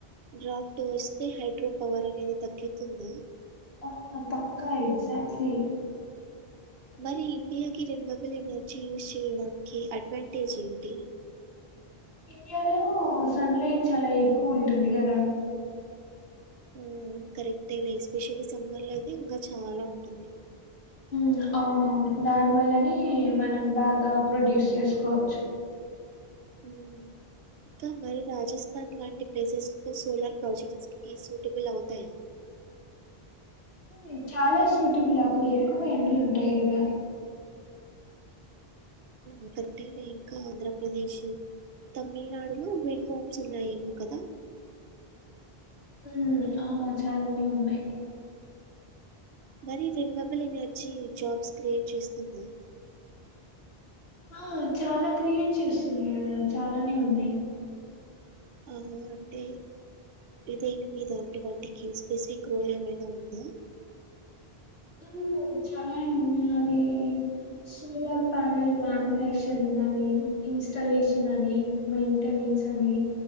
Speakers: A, on the right; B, on the left.
A: డ్రాఫట్ వస్తే హైడ్రో పవర్ అనేది తగ్గుతుంది.
B: ఆ పక్కా ఎక్జాక్ట్లీ
A: మరి ఇండియాకి రెన్యువబుల్ ఎనర్జీ యూజ్ చేయడానికి అడ్వాంటేజ్ ఏంటి?
B: ఇండియాలో సన్ లైట్ చాలా ఎక్కువ ఉంటుంది కదా
A: ఉ కరెక్ట్ లె ఎస్పెషల్లీ సమ్మర్ లో అయితే ఇంకా చాలా ఉంటుంది.
B: మ్ అవునవును దాని వల్లనే మనం బాగా ప్రొడ్యూస్ చేసుకోవచ్చు.
A: ఊ ఇంకా మరి రాజస్థాన్ లాంటి ప్లేసెస్ తో సోలార్ ప్రాజెక్ట్స్ కి సూటబుల్ అవుతాయా?
B: మ్ చాలా సూటబుల్ అక్కడ ఎక్కువ ఎండలు ఉంటాయి కదా
A: ఒకటే ఇంకా ఆంధ్రప్రదేశ్ తమిళనాడులో మెన్ ఫామ్స్ ఉన్నాయేమో కదా
B: ఉ ఆ చాలానే ఉన్నాయి.
A: మరి రెన్వబుల్ ఎనర్జీ జాబ్స్ క్రియేట్ చేస్తుంది.
B: ఆ చాలా క్రియేట్ చేస్తున్నాయి కదా చాలానే ఉన్నాయి.
A: అవును అంటే ఇదని మీద అంటే వాటికి స్పెసిఫిక్ రోల్ ఏమైనా ఉందా?
B: మ్ చాలానే ఉంది నాది సోలార్ ప్యానెల్ మ్యానుఫ్యాక్చరింగ్ అని, ఇన్స్టాలేషన్ అని మెయింటెనెన్స్ అని,